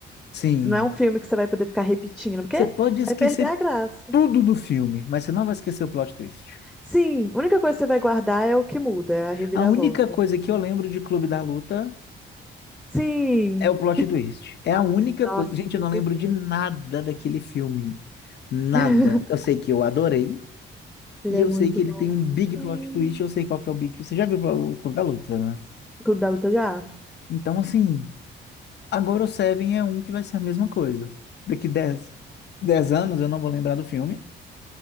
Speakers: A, on the left; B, in the centre.
A: Sim.
B: Não é um filme que você vai poder ficar repetindo, porque
A: Você pode
B: vai
A: esquecer
B: perder a graça.
A: tudo do filme, mas você não vai esquecer o plot twist.
B: Sim, a única coisa que você vai guardar é o que muda, é a reviravolta.
A: A única coisa que eu lembro de Clube da Luta
B: Sim!
A: É o plot twist. É a única
B: Nossa,
A: coisa. Gente, eu não lembro
B: que filme.
A: de nada daquele filme. Nada.
B: <laughs>
A: Eu sei que eu adorei.
B: Ele
A: E
B: é
A: eu
B: muito
A: sei que ele
B: bom.
A: tem um big
B: Hum.
A: plot twist. Eu sei qual que é o big. Você já viu o Clube da Luta, né?
B: Clube da Luta já?
A: Então, assim. Agora o Seven é um que vai ser a mesma coisa. Daqui dez, 10 anos eu não vou lembrar do filme.